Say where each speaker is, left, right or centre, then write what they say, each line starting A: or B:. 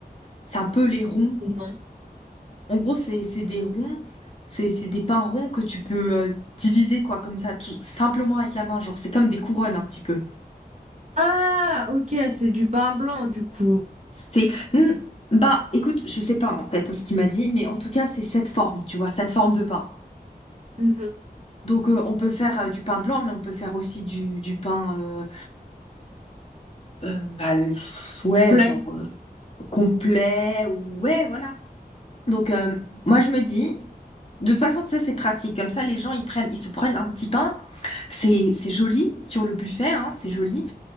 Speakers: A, on the left (about 40°); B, on the right (about 45°).
A: C'est un peu les ronds.
B: Non.
A: En gros, c'est, c'est des ronds. C'est, c'est des pains ronds que tu peux euh, diviser, quoi, comme ça, tout simplement avec la main. Genre, c'est comme des couronnes, un petit peu.
B: Ah, ok, c'est du pain blanc du coup.
A: C'est... Hmm, bah, écoute, je sais pas, en fait, hein, ce qu'il m'a dit, mais en tout cas, c'est cette forme, tu vois, cette forme de pain.
B: Mhm.
A: Donc, euh, on peut faire euh, du pain blanc, mais on peut faire aussi du, du pain, euh, euh, bah, le- pff, ouais,
B: Plein.
A: genre euh, complet, ou ouais, voilà. Donc, euh, moi, je me dis, de toute façon, ça, c'est pratique. Comme ça, les gens, ils prennent, ils se prennent un petit pain. C'est, c'est joli sur le buffet, hein, c'est joli.